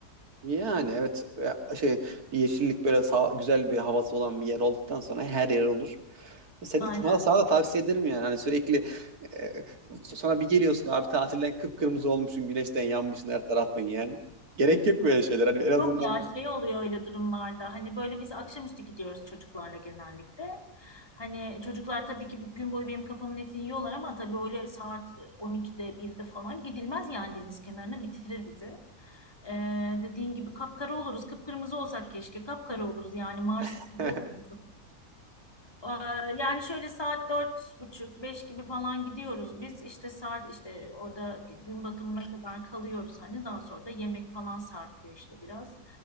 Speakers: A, on the right (about 70°); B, on the left (about 15°).
A: Yani evet e, şey bir yeşillik böyle sağ, güzel bir havası olan bir yer olduktan sonra her yer olur. Seni
B: Aynen.
A: de sana, sana da tavsiye ederim yani. Hani sürekli e, sonra bir geliyorsun abi tatilden kıpkırmızı olmuşsun, güneşten yanmışsın her tarafın yani. Gerek yok böyle şeyler. Hani en azından
B: Yok ya şey oluyor öyle durumlarda. Hani böyle biz akşamüstü gidiyoruz çocuklarla genellikle. Hani çocuklar tabii ki bir gün boyu benim kafamın etini yiyorlar ama tabii öyle saat 12'de 1'de falan gidilmez yani deniz kenarına bitirir bizi. Ee, dediğin gibi kapkara oluruz. Kıpkırmızı olsak keşke kapkara oluruz yani marsık
A: <laughs>
B: gibi oluyor insan. Ee, yani şöyle saat buçuk, beş gibi falan gidiyoruz biz. İşte saat işte orada gün batımına kadar kalıyoruz hani daha sonra da yemek falan sarkıyor işte biraz.